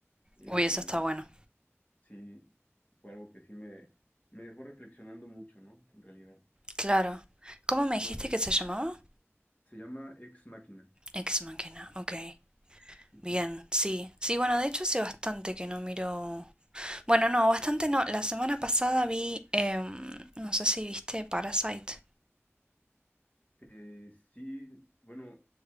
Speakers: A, on the left; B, on the right.
A: eh,
B: Uy, eso está bueno.
A: sí, fue algo que sí me, me dejó reflexionando mucho, ¿no? En realidad,
B: Claro. ¿Cómo me dijiste
A: no sé,
B: que se llamaba?
A: se llama Ex máquina
B: Ex Machina. Ok.
A: Ujú.
B: Bien, sí. Sí, bueno, de hecho hace bastante que no miro... Bueno, no, bastante no. La semana pasada vi... em, no sé si viste Parasite.
A: Eh, sí, bueno,